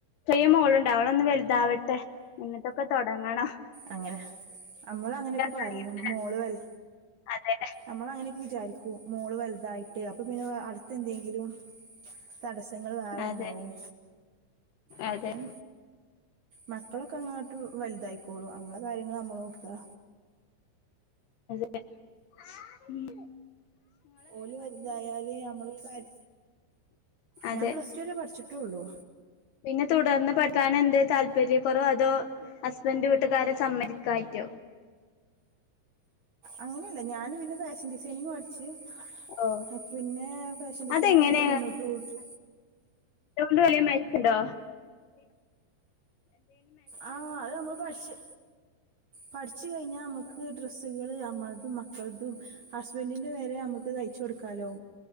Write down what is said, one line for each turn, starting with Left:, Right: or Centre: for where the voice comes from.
Left: സെയിം മോൾുണ്ട് അവിടെ ഒന്ന് വലുതാവെ മെ നിങ്ങട്ടൊക്കെ തുൊങ്ങണം
Right: അങ്ങനെ അമ്മള് അങ്ങനൊക്കെ പറിം
Left: കഴിയൂല
Right: മോള് വൽ
Left: അതെ
Right: അമ്മള അങ്ങനൊക്കെ വിചാരിക്കും മോള് വലുതായിട്ട് ട്ട് അപ്പൊ പിന്നെ അടുത്ത് എന്തെങ്കിലും തടസ്സെങ്ങൾ വേറെ
Left: അതെ
Right: ഇണ്ടാവും അപ്പം
Left: അതെ
Right: മക്കളൊക്കെ അങ്ങോട്ട് വല്തായിക്കും ഓളു അമ്മളെ കാര്യങ്ങള് അമ്മളോക്കാ
Left: ഉം
Right: ഓല് വെറുതായല് ഞമ്മള്
Left: അതെ
Right: ഞാൻ പ്ലസ് ടു വരെ പഠിച്ച്ട്ട് ട്ടുള്ളൂ
Left: പിന്നെ തുടർന്ന് പഠിക്കാനെ ന്തെ താല്പര്യക്കൊറവോ അതോ ഹസ്ബൻഡ് വീട്ടുകാരെ സമ്മരിക്കായ്ട്ടോ
Right: അങ്ങനെയല്ല ഞാന് പിന്നെ ഫാഷൻ ഡിസൈനിങ് പഠിച്ച്
Left: ഓ
Right: ആഹ് പിന്നെ ഫാഷൻ ഡിസൈനങ്ങയിട്ട്
Left: അതെങ്ങനെ
Right: മുന്നോട്ട് പോയിണ്ട്
Left: വെലയുന്നായ് ന്താ
Right: ആ അത് നമ്മൾ പട്ച്ച് പഠിച്ചു കഴിഞ്ഞാൽ നമുക്ക് ഡ്രസ്സുകള് നമ്മൾത് കൾതും ഹസ്ബൻഡിന്റെ വരെ നമക്ക് തയ്ച്ചു കൊടുക്കും ഹലോ